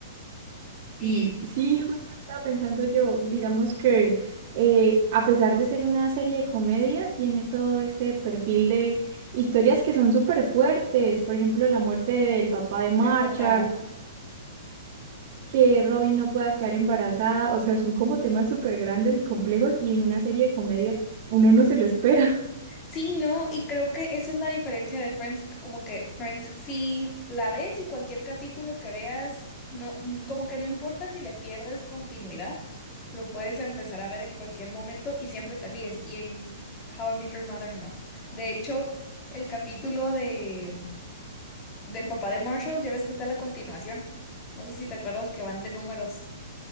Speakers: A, on the left; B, on the right.
A: Y
B: Sí, sí, justo estaba pensando yo, digamos que eh, a pesar de ser una serie de comedia, tiene todo este perfil de historias que son súper fuertes, por ejemplo, la muerte del papá de
A: del
B: Marshall,
A: papá.
B: que Robin no pueda quedar embarazada, o sea, son como temas súper grandes y complejos y en una serie de comedia uno no se lo espera.
A: Sí, no, y creo que esa es la diferencia de Friends, como que Friends, si la ves y cualquier capítulo que veas, no, mm, como que no importa si le pierdes continuidad, lo puedes empezar a ver en cualquier momento y siempre te ríes. Y en How I Met Your Mother, no. De hecho, el capítulo de del papá de Marshall, ya ves que está la continuación. No sé si te acuerdas que van de números